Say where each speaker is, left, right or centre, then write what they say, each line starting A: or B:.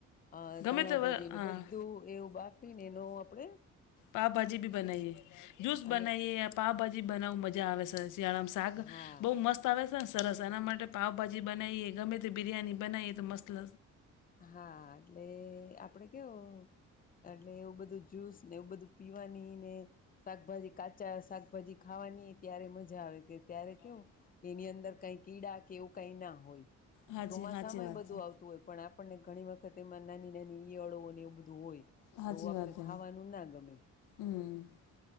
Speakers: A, on the left; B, on the left.
A: આ
B: ગમે
A: ધાણાભાજી,
B: તે
A: ને
B: હા
A: બધું એવું બાફી ને એનો આપડે.
B: પાાવભાજી ભી બનાઈએ જૂસ
A: અને
B: બનાઈએ આપ પાઉભાજી બનાવું મજા આવેશે શિયાળામાં શાક
A: હા
B: બહુ મસ્ત. મસ્તા આવે છે ને સરસ એના માટે પાાવભાજી બનાવીએ ગમે તે બિરયાની બનાવીએ તો મસ્તસ.
A: હા એટલે આપડે કેવ એટલે એવું બધું જ જ્યુસ ને એવું બધું પીવાની ને શાકભાજી કાચા શાકભાજી ખાવાની ત્યારે મજા આવે કે ત્યારે કેવું એની અંદર કઈ કીડા કે એવું કઈ ના હોય
B: હાચી
A: ચોમાસામાં
B: હાચી વાત
A: એ બધું
B: છે
A: આવતું તું હોય પણ આપણને ઘણી વખત એમાં નાની નાની ઈયળો અને એવું બધું હોય.
B: હાચી
A: તો આપને
B: વાત હે
A: ખાવાનું ના ગમે.
B: હમ